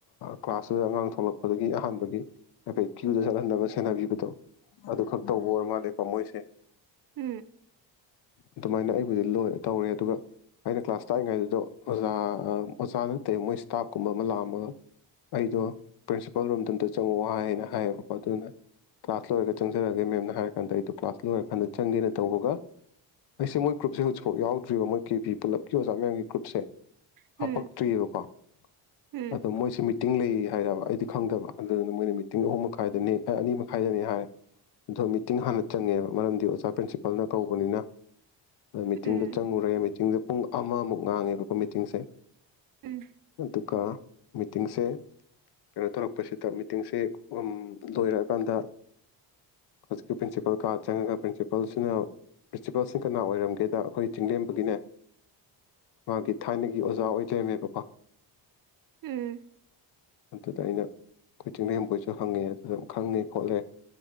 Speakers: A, on the left; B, on the right.
A: ꯀ꯭ꯂꯥꯁꯇꯨꯗ ꯑꯉꯥꯡ ꯊꯣꯛꯂꯛꯄꯗꯒꯤ ꯑꯍꯥꯟꯕꯒꯤ ꯍꯥꯏꯐꯣꯏ ꯀ꯭ꯌꯨꯗ ꯆꯠꯍꯟꯅꯕ ꯁꯦꯟꯅꯕꯤꯕꯗꯣ ꯑꯗꯨ ꯈꯛ ꯇꯧꯕ ꯑꯣꯏ ꯃꯥꯜꯂꯦꯀꯣ ꯃꯣꯏꯁꯦ
B: ꯎꯝ
A: ꯑꯗꯨꯃꯥꯏꯅ ꯑꯩꯈꯣꯏꯗꯤ ꯂꯣꯏ ꯇꯧꯔꯦ ꯑꯗꯨꯒ ꯑꯩꯅ ꯀ꯭ꯂꯥꯁ ꯇꯥꯔꯤꯉꯩꯗꯨꯗꯣ ꯖꯥ ꯃꯁꯥꯥꯟ ꯑꯇꯩ ꯃꯣꯏ ꯏꯁꯇꯥꯐ ꯀꯨꯝꯕ ꯑꯃ ꯂꯥꯛꯑꯒ ꯑꯩꯗꯣ ꯄ꯭ꯔꯤꯟꯁꯤꯄꯥꯜ ꯔꯣꯝꯗꯝꯗ ꯆꯍ꯭ꯥꯋꯏꯅ ꯍꯥꯏꯅ ꯍꯥꯏꯌꯦꯕꯀꯣ ꯑꯗꯨꯅ ꯀ꯭ꯂꯥꯁ ꯂꯣꯏꯔꯒ ꯆꯪꯔꯒꯦ ꯃꯦꯝꯅ ꯍꯥꯏꯔ ꯀꯥꯟꯗ ꯑꯩꯗꯣ ꯀ꯭ꯂꯥꯁ ꯂꯣꯏꯔꯀꯥꯟꯗ ꯆꯪꯒꯦꯅ ꯇꯧꯕꯒ ꯐꯁ ꯑꯃꯣꯏ ꯒ꯭ꯔꯨꯞꯁꯦꯖꯤꯛꯐꯥꯎ ꯌꯥꯎꯗ꯭ꯔꯤꯕ ꯃꯣꯏ ꯀꯦ ꯤ ꯄꯨꯂꯞꯀꯤ ꯑꯣꯖꯥ ꯃꯌꯥꯝꯒꯤ ꯒ꯭ꯔꯨꯞꯁꯦ
B: ꯎꯝ
A: ꯍꯥꯄꯛꯇ꯭ꯔꯤꯑꯕꯀꯣ
B: ꯎꯝ
A: ꯑꯗꯣ ꯃꯣꯏꯁꯨꯦ ꯃꯤꯇꯤꯡ ꯂꯩꯌꯦ ꯍꯥꯏꯕ ꯑꯩꯗꯤ ꯈꯪꯗꯕ ꯑꯗꯨꯗꯨꯅ ꯃꯣꯏꯅ ꯃꯤꯇꯤꯡ ꯑꯍꯨꯝ ꯃꯈꯥꯏꯗꯅꯤ ꯑꯅꯤ ꯃꯈꯥꯏꯗꯅꯤ ꯍꯥꯏꯔꯦ ꯑꯗꯣ ꯃꯤꯇꯤꯡ ꯍꯥꯟꯅ ꯆꯪꯉꯦꯕ ꯃꯔꯝꯗꯤ ꯑꯣꯖꯥ ꯄ꯭ꯔꯤꯟꯁꯤꯄꯜꯅ ꯀꯧꯕꯅꯤꯅ ꯃꯤꯇꯤꯡꯗ
B: ꯎꯝ
A: ꯆꯪꯉꯨꯔꯦ ꯃꯤꯇꯤꯡ ꯁꯦ ꯄꯨꯡ ꯑꯃꯃꯨꯛ ꯉꯥꯡꯉꯦꯕꯀꯣ ꯃꯤꯇꯤꯡꯁꯦ
B: ꯎꯝ
A: ꯑꯗꯨ ꯑꯗꯨ ꯀ ꯃꯤꯇꯤꯡꯁꯦ ꯀꯩꯅꯣ ꯇꯧꯔꯛꯄꯁꯤꯗ ꯃꯤꯇꯤꯡꯁꯦ ꯂꯣꯏꯔꯛꯑꯀꯥꯟꯗ ꯍꯧꯖꯤꯛꯀꯤ ꯄ꯭ꯔꯤꯟꯁꯤꯄꯥꯜ ꯀꯥ ꯆꯪꯉꯒ ꯄ꯭ꯔꯤꯟꯁꯤꯄꯥꯜꯁꯤꯅ ꯄ꯭ꯔꯤꯟꯁꯤꯄꯥꯜꯁꯤꯡ ꯀꯅꯥ ꯑꯣꯏꯔꯝꯒꯦ ꯀꯩꯗ ꯑꯩꯈꯣꯏ ꯆꯤꯡꯂꯦꯝꯕꯒꯤꯅꯦ ꯃꯥꯒꯤ ꯊꯥꯏꯅꯒꯤ ꯑꯣꯖꯥ ꯑꯣꯏꯖꯩꯃꯦꯕꯀꯣ
B: ꯎꯝ
A: ꯑꯗꯨꯗ ꯑꯩꯅ ꯑꯩꯈꯣꯏ ꯆꯤꯡꯅꯦꯝꯕꯣꯏꯁꯨ ꯍꯪꯉꯦ ꯑꯗꯨꯗ ꯈꯪꯉꯦ ꯈꯣꯠꯂꯦ